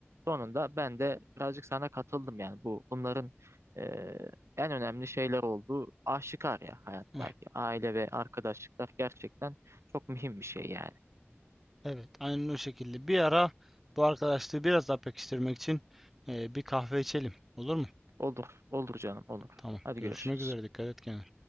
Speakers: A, on the right; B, in the centre.
A: sonunda ben de birazcık sana katıldım yani bu bunların e, en önemli şeyler olduğu aşikar ya hayattaki
B: Hı hı.
A: aile ve arkadaşlıklar gerçekten çok mühim bir şey yani.
B: Evet, aynen o şekilde. Bir ara bu arkadaşlığı biraz daha pekiştirmek için e, bir kahve içelim. Olur mu?
A: Olur olur canım olur.
B: Tamam.
A: Hadi
B: Görüşmek
A: görüşürüz.
B: üzere. Dikkat et kendine.